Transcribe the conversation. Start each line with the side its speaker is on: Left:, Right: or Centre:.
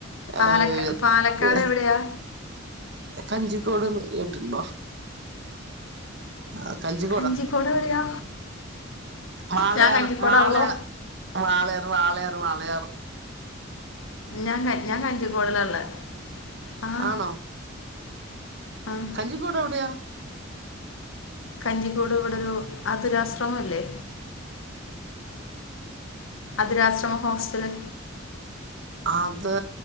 Left: പാലക്കാട്
Right: അഹ് എത്ത്
Left: പാലക്കാട് എവിടെയാ
Right: കഞ്ചിക്കോട്ന്ന് കേട്ടിണ്ടോ ആ കഞ്ചിക്കോട
Left: കഞ്ചിക്കോട് എവിടെയാ
Right: വാളയാറ്
Left: ഞാൻ കഞ്ചിക്കോടാണല്ലോ
Right: വാള ള വാളയാറ് വാളയാറ് വാളയാറ്
Left: ഞാൻ ഞാൻ കഞ്ചിക്കോടിലള്ളെ ആഹ്
Right: ആണോ
Left: ആഹ്
Right: കഞ്ചിക്കോട് എവിടെയാ
Left: കഞ്ചിക്കോട് ഇവിടെ ഒരു അധുരാശ്രമം ഇല്ലേ അതുരാശ്രമ ഹോസ്റ്റല്
Right: അത്